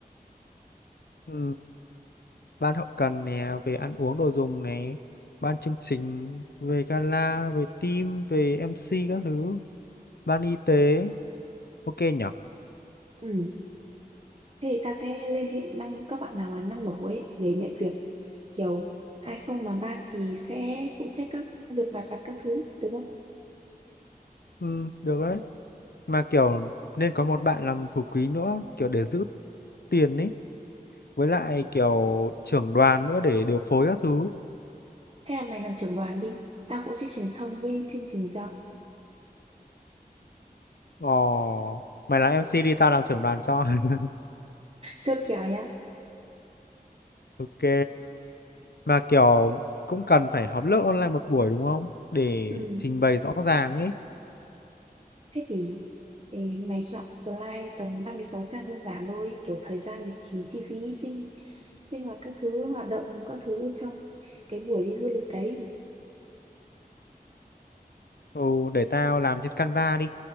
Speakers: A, on the left (about 80°); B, on the right (about 35°).
A: Ừ, ban hậu cần nè, về ăn uống đồ dùng này ban chương trình, về gala, về team, về MC các thứ, ban y tế, ok nhỉ?
B: Ừ. Thế thì tao sẽ liên hệ năm các bạn nào mà năng nổ ấy để nhận việc. Kiểu ai không làm ban thì sẽ phụ trách các việc lặt vặt các thứ được không?
A: Ừ, được đấy. Mà kiểu nên có một bạn làm thủ quỹ nữa, kiểu để giữ tiền ấy, với lại kiểu trưởng đoàn nữa để điều phối các thứ.
B: Hay là mày làm trưởng đoàn đi. Tao phụ trách truyền thông với chương trình cho.
A: Ồ, mày làm MC đi, tao làm trưởng đoàn cho. <laughs>
B: Chốt kèo nhá.
A: Ok. mà kiểu cũng cần phải họp lớp online một buổi đúng không để
B: Ừ.
A: trình bày rõ ràng ấy
B: Thế thì ê, mày soạn slide tầm 5 đến 6 trang đơn giản thôi, kiểu thời gian lịch trình chi phí sinh sinh hoạt các thứ hoạt động các thứ trong cái buổi đi du lịch đấy.
A: ừ, để tao làm trên Canva đi